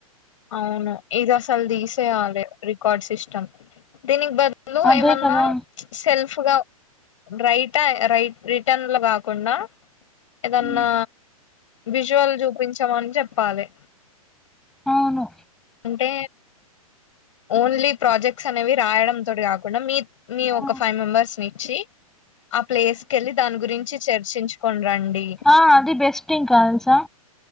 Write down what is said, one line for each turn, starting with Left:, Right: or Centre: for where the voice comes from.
Left: అవును ఇది అసల్ తీసేయాలి రికార్డ్ సిస్టమ్ దీనికి బదులు బదులు
Centre: అదే
Left: ఏమన్నా
Centre: కదా
Left: సెల్ఫ్ గా రైటా రై రిటర్న్లు కాకుండా ఏదన్నా
Centre: ఉమ్,
Left: విజువల్ చూపించమని చెప్పాలి
Centre: అవును
Left: అంటే ఓన్లీ ప్రాజెక్ట్స్ అనేవి రాయడం తోటి కాకుండా మీ మీ
Centre: ఆ
Left: ఒక ఫైవ్ మెంబెర్స్ నిచ్చి ఆ ప్లేస్ కెళ్ళి దాని గురించి చర్చించుకొని రండి
Centre: ఆ అది బెస్ట్ ఇంకా తెలుసా